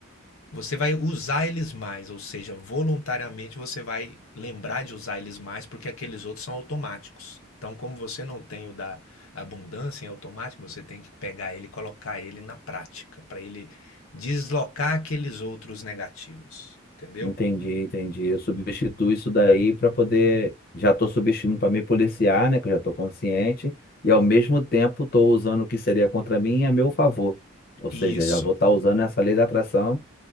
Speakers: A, on the left; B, on the left.
A: você vai usar eles mais, ou seja, voluntariamente você vai lembrar de usar eles mais, porque aqueles outros são automáticos. Então, como você não tem o da abundância em automático, você tem que pegar ele e colocar ele na prática, para ele deslocar aqueles outros negativos, entendeu?
B: Entendi, entendi. Eu substituo isso daí para poder. Já estou substituindo para me policiar, né? Que eu já estou consciente. E ao mesmo tempo estou usando o que seria contra mim a meu favor. Ou seja,
A: E isso
B: já vou estar usando essa lei da atração